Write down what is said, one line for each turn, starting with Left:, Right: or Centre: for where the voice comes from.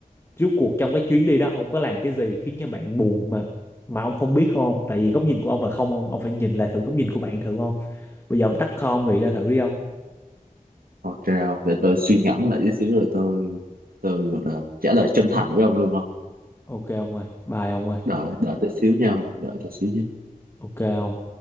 Left: rốt cuộc trong cái chuyến đi đó ông có làm cái gì khiến cho bạn buồn mà mà ông không biết không tại vì góc nhìn của ông là không ông ông phải nhìn lại thử góc nhìn của bạn thử không bây giờ ông tắt call ông nghĩ lại thử đi ông
Right: ok không để tôi suy ngẫm lại tí xíu rồi tôi tôi gọi là trả lời chân thành với ông luôn không
Left: ok ông ơi bye ông ơi
Right: đợi đợi tôi xíu nha đợi tôi xíu nha.
Left: ok ông